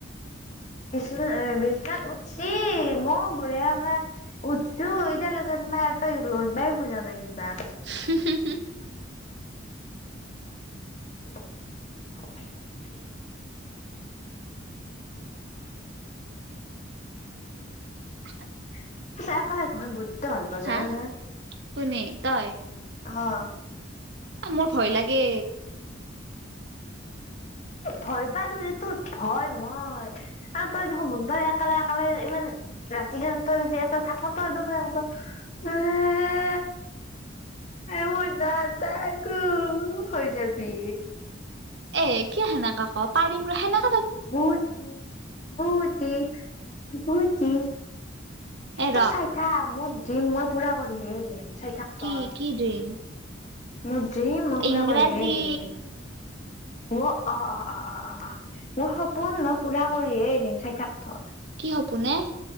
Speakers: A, on the left; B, on the right.
A: বিছনা এ বিছনা উঠছি মই বঢ়িয়াকে উঠছো, এতিয়ালৈ যেনবা পা লৰ বাই খোজা নাই কিবা।
B: <unintelligible>
A: <unintelligible> <inaudible>
B: <inaudible>
A: <unintelligible> বদ্য ভাল পাওঁ
B: হা
A: জানা নে
B: কোনে তই
A: অ'
B: মোৰ ভয় লাগে।
A: ভয় পদুৰি তোত ভয় মই। আৰু তই দে সমুদৰ একেলে একেলে ইমান ৰাতিহে তই যিহেতু থাক তই <unintelligible> <unintelligible> মই নাথাকো হৈ যাবি।
B: এ কিয় সেনেকা ক, পাৰিম ৰ সেনে
A: ভূতনি ভূতি ভূতি।
B: এ
A: তই
B: ৰ
A: চাই থাক, মোৰ ড্ৰিম মই পুৰা কৰিহে এৰিম চাই থাক। তই
B: কি কি ড্ৰিম?
A: মোৰ ড্ৰিম মই পুৰা
B: ইংৰাজী
A: কৰিহে এৰিম। ওঅ অ', অ', অ', অ', অ', অ', মোৰ সপোন ন পুৰা কৰিহে এৰিম চাই থাক ত
B: কি সপোন এ?